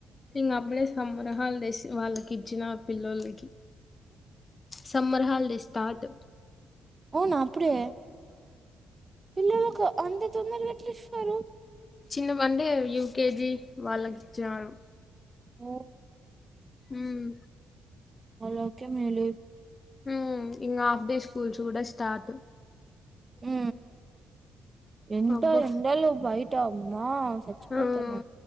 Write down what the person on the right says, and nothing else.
అవునా అప్పుడే పిల్లలలకు అంత తొందరగ ఎట్ల ఇస్తారు
ఓ
వాళ్లకే మేలె
ఊ ఎంత
ఎండలో బయట అమ్మా చచ్చిపోతాన్న